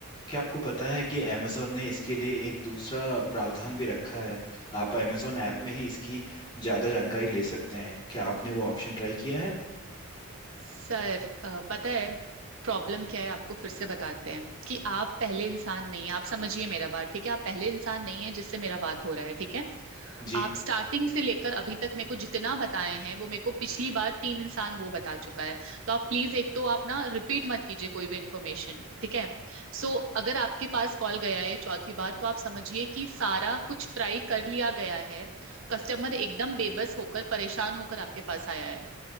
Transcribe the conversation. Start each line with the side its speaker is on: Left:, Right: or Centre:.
Left: क्या आपको पता है कि अमेज़ॉन ने इसके लिए एक दूसरा प्रावधान भी रखा है आप अमेज़ॉन ऐप में ही इसकी ज़्यादा जानकारी ले सकते हैं क्या आपने वो ऑप्शन ट्राई किया है
Right: सर अ, पता है प्रॉब्लम क्या है आपको फिर से बताते हैं कि आप पहले इंसान नहीं है आप समझिए मेरा बात ठीक है आप पहले इंसान नहीं है जिससे मेरा बात हो रहा है ठीक है
Left: जी
Right: आप स्टार्टिंग से लेकर अभी तक मेरे को जितना बताए हैं वो मेरे को पिछली बार तीन इंसान वो बता चुका है तो आप प्लीज एक तो आप ना रिपीट मत कीजिए कोई भी इन्फॉर्मेशन ठीक है सो so, अगर आपके पास कॉल गया है चौथी बार तो आप समझिए कि सारा कुछ ट्राई कर लिया गया है कस्टमर एकदम बेबस होकर परेशान होकर आपके पास आया है